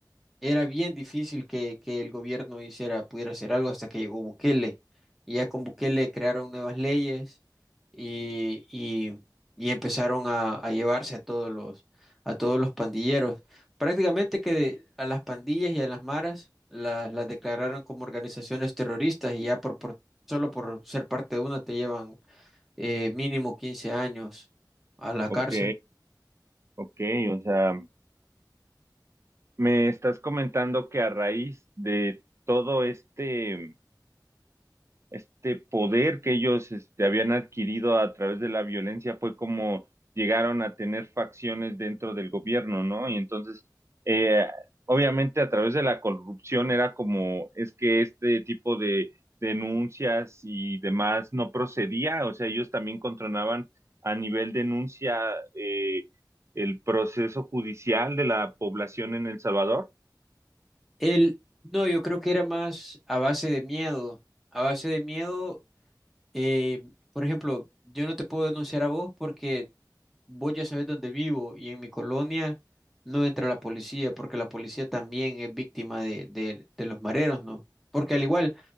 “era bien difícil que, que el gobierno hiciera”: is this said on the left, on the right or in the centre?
Centre